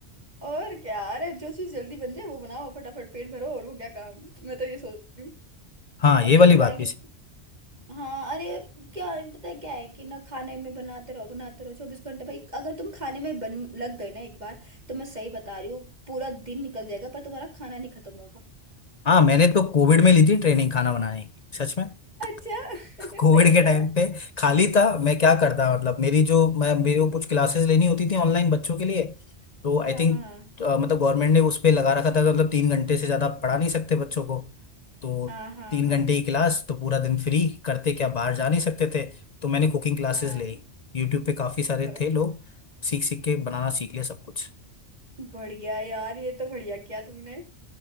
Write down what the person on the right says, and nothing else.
और क्या अरे जो चीज जल्दी बन जाए वो बनाओ फटाफट पेट भरो और हो गया काम मैं तो ये सोचती हूँ
अब एक
बार
ये
हाँ अरे यार, क्या है, पता है क्या है कि ना खाने में बनाते रहो बनाते रहो चौबीस घंटे भाई अगर तुम खाने में बन लग गए ना एक बार तो मैं सही बता रही हूँ पूरा दिन निकल जाएगा पर तुम्हारा खाना नहीं खत्म
अच्छा
<laughs> सही
है
हाँ
हाँ
हाँ हाँ
हाँ
हाँ
ब-
बढ़िया यार ये तो बढ़िया किया तुमने